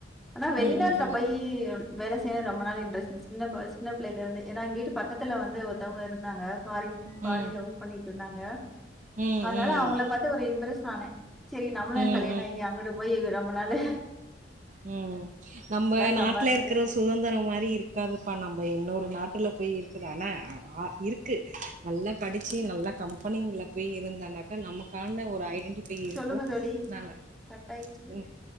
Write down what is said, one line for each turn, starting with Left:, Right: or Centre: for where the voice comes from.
Centre: ஆனா வெளிநாட்ல
Right: ம் ம் ம்
Centre: போயி வேல செய்யணு ரொம்ப நாள் இன்ட்ரஸ்ட் இருந்துச்சு சின்ன கொ சின்ன பிள்ளேல இருந்தே ஏனா எங்க வீட்டு பக்கத்துல வந் து ஒருத்தவுங்க இருந்தாங்க ஃபாரின்
Right: ம்
Centre: ஃபாரின்ல ஒர்க் பண்ணிட்டு இருந்தாங்க
Right: ம்
Centre: அதனால
Right: ம்
Centre: அவுங்கள பாத்து ஒரு இம்பரஸ் ஆனே சேரி நம்மளு
Right: ம்
Centre: கல்யாண ஆயி அங்குட்டு போயி ரொம்பனாலு
Right: உம் நம்ம
Centre: சம்பாரிச்சுட்டு
Right: நாட்ல இருக்கற சுதந்திரம் மாரி இருக்காதுப்பா நம்ம இன்னொரு நாட்டுல போய் இருக்கது ஆனா அ இருக்கு நல்லா படிச்சு நல்லா கம்பெனிங்கல்ல போய் இருந்தனாக்கா நமக்கான ஒரு ஐடன் டிஃபை இருக்கு
Centre: சொல்லுங்க தோழி.
Right: நாங்க
Centre: கட் ஆயிடுச்சு.
Right: உம்